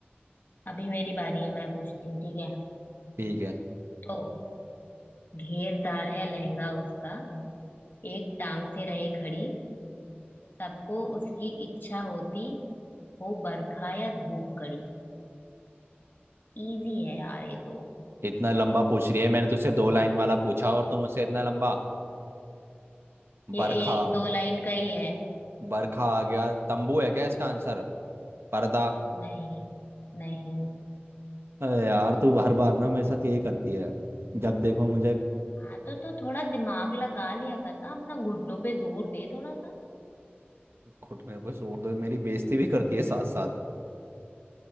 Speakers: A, on the left (about 55°); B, on the right (about 75°).
A: अभी मेरी बारी है मैं पूछती हूँ ठीक है
B: ठीक है
A: तो घेरदार है लहंगा उसका एक टांग से रहे खड़ी सबको उसकी इच्छा होती हो बरखा या धूप कड़ी इजी है यार ये तो
B: इतना लंबा पूछ रही है मैंने तुझसे दो लाइन वाला पूछा और तुम मुझसे इतना लंबा
A: ये
B: बरखा
A: एक दो लाइन का ही है
B: बरखा आ गया तंबू है क्या इसका आंसर पर्दा
A: नहीं नहीं
B: अरे यार तू हर बार ना मेरे साथ यही करती है जब देखो मुझे
A: हाँ तो तू थोड़ा दिमाग लगा लिया कर ना अपना घुटनों पे जोर दे थोड़ा सा
B: घुटने पे जोर दे मेरी बेइज्जती भी करती है साथ साथ